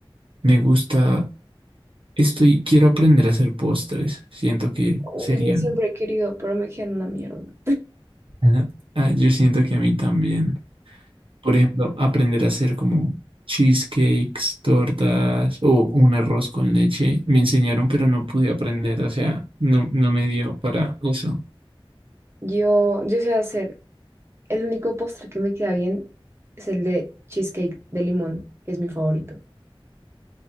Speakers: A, on the right (about 70°); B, on the right (about 30°).
A: Me gusta, estoy, quiero aprender a hacer postres, siento que
B: Uy,
A: sería...
B: yo siempre
A: <laughs>
B: he querido, pero me quedan una mierda.
A: Ajá. Ah, yo siento que a mí también. Por ejemplo, aprender a hacer como cheesecakes, tortas o un arroz con leche. Me enseñaron, pero no pude aprender. O sea, no, no me dio para eso.
B: Yo, yo sé hacer El único postre que me queda bien es el de cheesecake de limón, que es mi favorito.